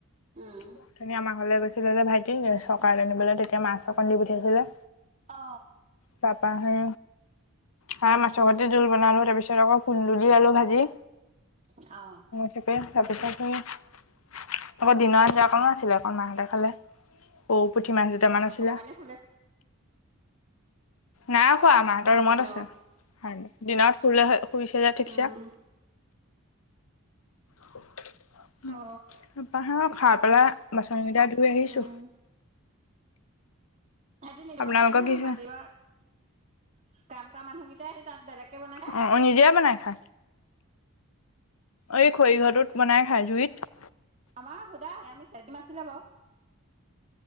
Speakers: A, on the right; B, on the left.
A: উম
B: ওথনি আমাৰ ঘৰলে গৈছিলে যে ভাইটি গেছ চৰকাৰ আনিবলে তেতিয়া মাছ অকন দি পঠিয়াইছিলে
A: অ
B: তাপা হে হা মাছৰ সতি জোল বনালো। তাৰ পিছত আকৌ কুন্দুলি, আলু ভাজি।
A: অ।
B: তাকে তাৰপিছত সেই আকৌ দিনৰ আঞ্জা অকণো আছিলে। অকণ মাহতে খালে। সৰু পুঠি মাছ দুটামান আছিলে।
A: অকমানে শুলে
B: নাই শুৱা, মাহঁতৰ
A: অ
B: ৰুমত
A: দিনৰ
B: আছে। দিনত শুলে শুইছে যে ঠিকছে।
A: উম
B: <inaudible>
A: অ।
B: তা পা সেই খাই পেলাই বাচনকেইটা ধুই আহিছো।
A: উম সিহতি নিব
B: আপোনালোকৰ
A: নোৱাৰে নহয়।
B: কি হয়
A: মাটিৰ অ কাম কৰা মানুহ কি কিটাই হে তাত বেলেগকে বনাই খায়।
B: অ অ', নিজে বনাই খায়। অই খৰিঘৰটোত বনাই খাই জুইত।
A: আমাৰ সুদা <unintelligible> বাও।